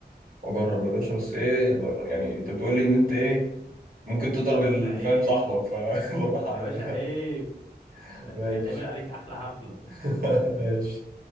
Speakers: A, on the right; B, on the left.
A: أجرب يا باشا بس إيه بر- يعني أنت بتقولي إن أنت إيه ممكن تضرب
B: يا
A: الفام
B: باشا عيب
A: صاحبك فبالراحة <laughs> عليا
B: يا باشا عيب
A: <laughs>
B: انت
A: ماشي
B: هيتعمل عليك احلى حفلة
A: <laughs> ماشي